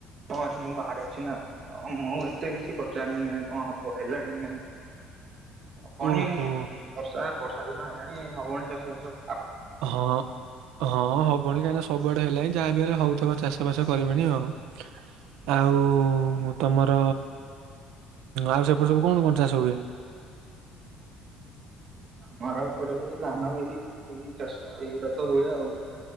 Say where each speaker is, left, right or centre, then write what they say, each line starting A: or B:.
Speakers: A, on the right; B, on the right.
A: କଣ ଅଛି ମୁଁ ବାହାରେ ଅଛି ନାଁ। ହଁ ମୁଁ ଏତେ କିଛି ପଚାରୁନି ଆଉ, ନାଇଁ କଣ ହବ ହେଲାଣି କି ନାଇଁ।
B: <inaudible>
A: ହବଣି,
B: ଓହୋ
A: ବର୍ଷା, ବର୍ଷା ଦିନ ଆଇଲାଣି ହବଣି ଚାଷ ବାଷ।
B: ହଁ। ହଁ ହବଣି କାହିଁକିନା ସବୁଆଡେ ହେଲାଣିି, ଯାହାବି ହେଲେ ହଉଥିବ, ଚାଷ ବାସ କରିବେଣି ଆଉ। ଆଉ ତମର, ଆଉ ସେପଟେ ସବୁ କଣ କଣ ଚାଷ ହୁଏ?
A: ଆମର ଏପଟେ, ଧାନ, ବିରି, ଏଇ ଚାଷ ଏଇଗୁଡା ତ ହୁଏ ଆଉ।